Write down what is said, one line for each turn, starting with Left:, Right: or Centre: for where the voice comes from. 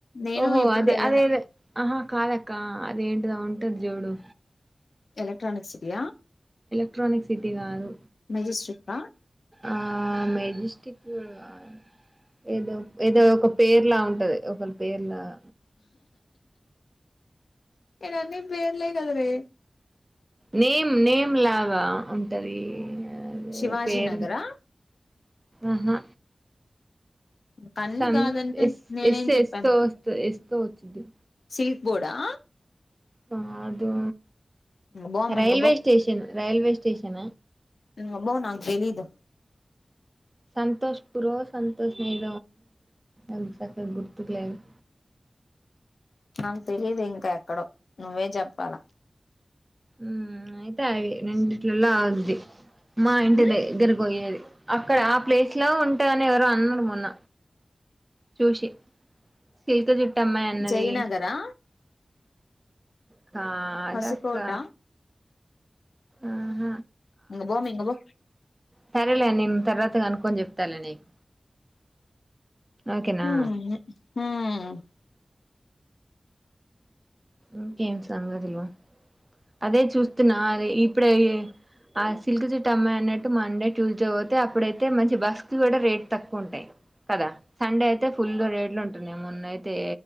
Left: నేను
Right: ఓహో
Left: ఎప్పుడు
Right: అదే
Left: వెళ్ళలే
Right: అదేద ఆహా కాదక్క అద ఏంటిదో ఉంటుంది జుడు
Left: ఎలక్ట్రానిక్ సిటీ
Right: ఎలక్ట్రానిక్ సిటీ కాదు
Left: మజిస్ట్రెట్ ఆ
Right: ఆ మెజెస్టిక్ కాదు ఏదో ఏదో ఒక పేర్ల ఉంటు ఉంటది ఒక పేరు లాగా
Left: ఇక్కడ అన్ని పేర్లే కాదవే
Right: నేమ్ నేమ్ లాగా ఉంటది అదే
Left: శివాజీ
Right: పేరు
Left: నగరా
Right: ఆహా
Left: క అన్ని
Right: సం
Left: కాదంటే
Right: ఎస్
Left: నేనేం
Right: ఎస్
Left: చెప్పాను
Right: ఎస్ తో వస్తు ఎస్ తో వచ్చిద్ది
Left: శ వర్డ్ ఆ
Right: కాదు
Left: ఇంగ బోమ్మ
Right: రైల్వే
Left: ఇంగ బో
Right: స్టేషన్ రైల్వే స్టేషన
Left: అబ్బో నాకే తెలీదు
Right: సంతోష్ పుర్ సంతోష్ నయి నహి చక్క గుర్తుకులేదూ
Left: నాకు తెలీదు ఇంకా ఎక్కడో నువ్వే చెప్పాలా
Right: ఉ ఆయితే రెంటిలలో ఆగితాయ్ మా ఇంటి
Left: ఉమ్
Right: దగ్గరకు పోయేది అక్కడ ఆ ప్లేస్ లో ఉంటా అని ఎవరు అన్నారు మొన్న చూసి శిల్తో చిట్టిమయి అన్నది
Left: జయనగరా
Right: కదా
Left: హసుకోట
Right: అక్క ఆహ
Left: ఇంకా బో ఇంకా బో
Right: సరేలే నేను తర్వాత అనుకొని చెప్తాలే నీకు
Left: ఉహు
Right: ఓకేనా
Left: ఉ
Right: ఇంకేంటి సంగతులు అదే చూస్తున్నా అదే ఇప్పుడే ఆ సిల్క్ జుట్టు అమ్మాయి అన్నట్టు మండే ట్యూస్డే పోతే అప్పుడైతే మంచి బస్సు కి కూడా రేట్ తక్కువ ఉంటాయి కదా సండే అయితే ఫుల్ రేడ్లు ఉంటన్నాయ్ మొన్న అయితే